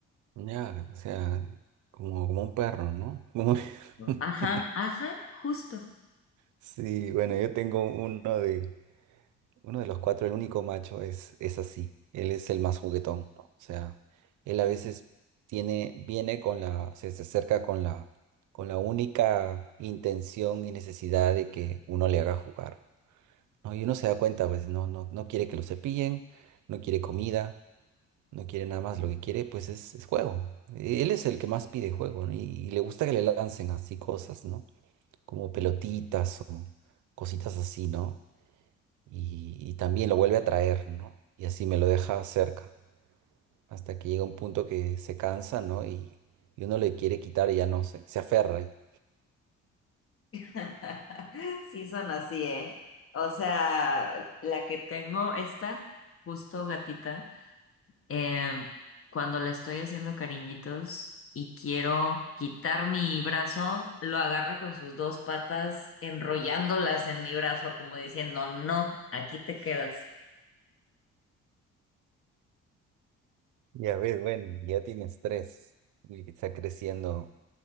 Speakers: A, on the right; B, on the left.
A: Ya, o sea, como, como un perro, ¿no? Como-
B: ¿no?
A: <laughs>
B: Ajá, ajá, justo.
A: Sí, bueno, yo tengo uno de, Uno de los cuatro, el único macho, es, es así. Él es el más juguetón, ¿no? O sea, él a veces tiene, viene con la, se, se acerca con la, con la única intención y necesidad de que uno le haga jugar, ¿no? Y uno se da cuenta, pues, no, no, no quiere que lo cepillen, no quiere comida, no quiere nada más, lo que quiere, pues, es, es juego. Él es el que más pide juego, ¿no? Y, y le gusta que le lancen así cosas, ¿no? Como pelotitas o cositas así, ¿no? y, y también lo vuelve a traer, ¿no? Y así me lo deja cerca, hasta que llega un punto que se cansa, ¿no? Y, y uno le quiere quitar y ya no se, se aferra. Y,
B: <laughs> Sí son así, ¿eh? O sea, la que tengo, esta justo gatita. em, cuando le estoy haciendo cariñitos y quiero quitar mi brazo, lo agarra con sus dos patas, enrollándolas en mi brazo, como diciendo, no, aquí te quedas.
A: ya ves, bueno, ya tienes tres. Y está creciendo